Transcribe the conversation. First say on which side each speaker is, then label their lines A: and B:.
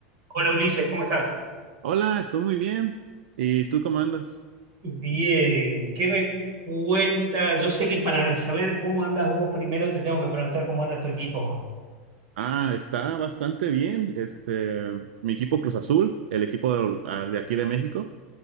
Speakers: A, on the right; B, on the right.
A: Hola Ulises, ¿cómo estás?
B: Hola, estoy muy bien. ¿Y tú cómo andas?
A: Bien, ¿qué me cuentas? Yo sé que para saber cómo andas vos, primero te tengo que preguntar cómo anda tu equipo.
B: Ah, está bastante bien. Este, mi equipo Cruz Azul, el equipo de, ah, de aquí de México,